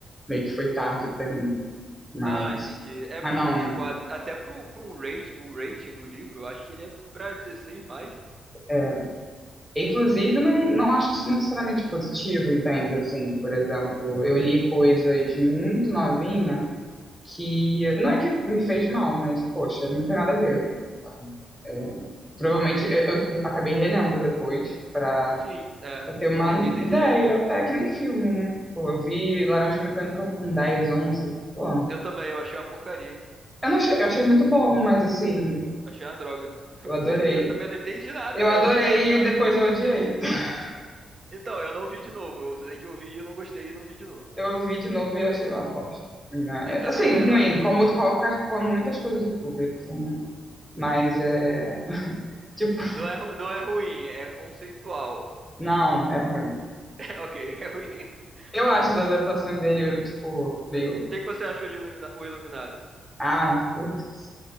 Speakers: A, in the centre; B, on the right.
A: meio que foi tarde pra mim. Mas,
B: Ah, entendi. É
A: mas
B: porque,
A: não.
B: tipo, a- até pro, pro um rate, o rating do livro, eu acho que ele é pra 16 mais.
A: é. Inclusive, não, não acho isso necessariamente positivo, entende? Assim, por exemplo, eu li coisas muito novinha. que não é que me fez mal, mas poxa, não tem nada a ver, assim, sabe? É, provavelmente eu, eu acabei relendo depois pra
B: Sim, é.
A: eu ter uma
B: Pra entender
A: ideia.
B: direito, né?
A: É que nem filme, né? Pô, eu vi Laranja Mecânica com 10, 11. Pô,
B: Eu também, eu achei uma porcaria.
A: eu não achei, eu achei muito bom, mas assim,
B: Achei uma droga. <laughs>
A: eu adorei.
B: Eu também não entendi nada,
A: Eu
B: né?
A: adorei
B: Só era chato.
A: e depois eu odiei. <laughs>
B: Então, eu não vi de novo. Eu sei que eu vi e não gostei e não vi de novo.
A: Eu vi de novo e achei uma bosta. né?
B: Então,
A: Assim,
B: <laughs>
A: ruim,
B: é nóis.
A: como qualquer, como muitas coisas do Kubrick são, ruins. mas é <laughs> tipo,
B: Não é, ru- não é ruim, é conceitual.
A: não, é ruim.
B: <laughs> Ok, é ruim. O
A: Eu acho as adaptações dele, tipo, meio.
B: que é que você achou de Ilumina- O Iluminado?
A: Ah, ups,